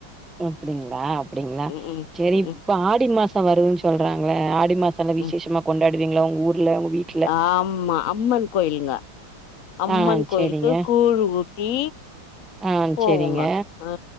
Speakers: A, in the centre; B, on the left (about 55°).
A: அப்டிங்களா அப்டிங்களா
B: ம் ம்
A: சரி இப்ப
B: ம்
A: ஆடி மாசம் வருதுன்னு சொல்றாங்களே ஆடி மாசம் நல்ல விசேஷமா
B: ம்
A: கொண்டாடுவீங்களா உங்க ஊர்ல உங்க வீட்
B: ஆமா அம்மன் கோயிலுங்க அம்மன்
A: ஆ
B: கோயிலுக்கு
A: சேரிங்க
B: கூழ் ஊத்தி
A: ஆ
B: போவோங்க
A: சேரிங்க
B: ஆ